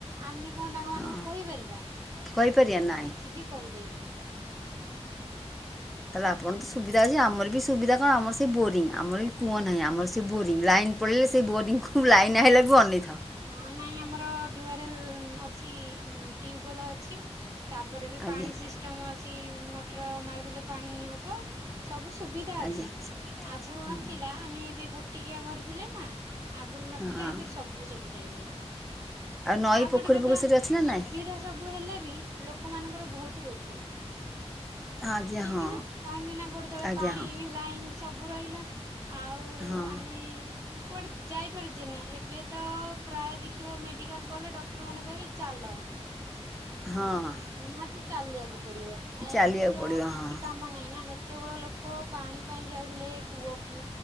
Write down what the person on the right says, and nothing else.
ଆମେ କଣ ତାଙ୍କ ମାନଙ୍କୁ
କହିପାରିବା କିଛି
ବି କହିପାରିବାନି
ହଁ ନାହିଁ ଆମର ଦୁଆରେ ଉଁ ଅଛି ଉଁ ଟ୍ୟୁବୱେଲ୍ ଅଛି ତାପରେ ବି
ପାଣି ସିଷ୍ଟମ ଅଛି ମଟର ମାରିଦେଲେ ପାଣି ହବ ସବୁ ସୁବିଧା ଅଛି
ଆଗରୁ
ନଥିଲା ଆମେ ଏବେ ଗୋଟିକିଆ ଘରେ ଥିଲେ ନା ଆଗରୁ ନଥିଲା
ଏବେ ସବୁ ଯାଇଛି।
ଆଉ
ଗୋଟେ କଥା
ସୁବିଧା
ସବୁ ହେଲେ ବି ଲୋକମାନଙ୍କର ବହୁତ ରୋଗ
ଠିକ
ନା କାହିଁକି ନା ଗୋଟେ ତଳେ
ପାଣି
ଲାଇନ ସବୁ ରହିଲା ଆଉ
ଆମେ କୁଆଡ଼େ ଯାଇପାରୁଛି ନା ଏବେ ତ ପ୍ରାୟ ଦେଖିବ ମେଡ଼ିକାଲ ଗଲେ ଡକ୍ଟରମାନେ କହିବେ ଚାଲ
ନିହାତି ଚାଲିବାକୁ ପଡିବ ଆଉ
ଏବେ ତ
କିଛି
କାମ ନାହିଁ ନା ସେତେବେଳ ଲୋକ ପାଣି ପାଇଁ ଯାଉଥିଲେ କୂଅକୁ